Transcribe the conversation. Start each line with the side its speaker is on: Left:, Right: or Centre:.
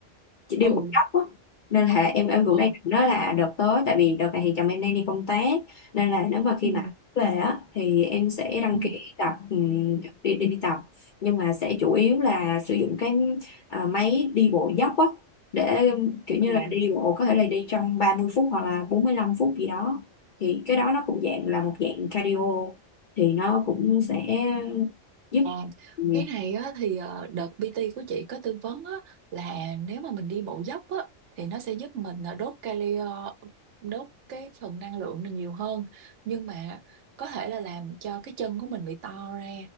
Left: chị đi
Right: ừ
Left: một góc á nên là em em cũng
Right: ờ
Left: đang định đó là đợt tới tại vì đợt này thì chồng em đang đi công tác nên là nếu mà khi
Right: ừ
Left: mà về á thì em sẽ đăng
Right: ừ
Left: ký tập ừm, đi, đi đi tập nhưng mà sẽ chủ yếu là sử dụng cái à, máy đi bộ dốc á để ừm, kiểu như
Right: ờ
Left: là đi bộ có thể là đi trong 30 phút hoặc là 45 phút gì đó thì cái đó nó cũng dạng là một dạng cardio thì nó cũng sẽ giúp
Right: à
Left: ừ,
Right: cái này á thì ờ, đợt PT của chị có tư vấn á là nếu mà mình đi bộ dốc á thì nó sẽ giúp mình ờ, đốt cali ờ, đốt cái phần năng lượng này nhiều hơn nhưng mà có thể là làm cho cái chân của mình bị to ra